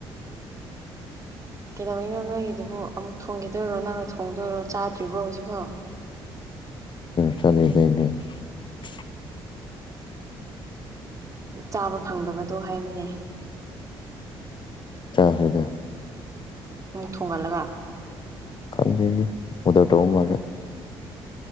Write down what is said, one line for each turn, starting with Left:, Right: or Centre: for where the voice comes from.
Right: ꯀꯩꯗꯧꯩꯅꯣ ꯅꯣꯏꯒꯤꯗꯨꯕꯨ ꯑꯃꯨꯛ ꯊꯣꯡꯈꯤꯗꯣꯏꯔꯣ ꯅꯪꯅ ꯊꯣꯡꯗꯣꯏꯔꯣ ꯆꯥꯗ꯭ꯔꯤꯕ꯭ꯔꯣ ꯍꯧꯖꯤꯛꯐꯥꯎ
Left: ꯆ ꯂꯩ ꯂꯩ ꯂꯩ <unintelligible> <inaudible>
Right: ꯆꯥꯕ ꯐꯪꯗꯕꯗꯣ ꯍꯥꯏꯔꯝꯃꯤꯅꯦ
Left: ꯆ ꯍꯩꯗ
Right: ꯃꯨꯛ ꯊꯣꯡꯒꯠꯂꯒ
Left: ꯀꯗ ꯎꯗꯔꯗꯣ ꯃꯥꯔꯦ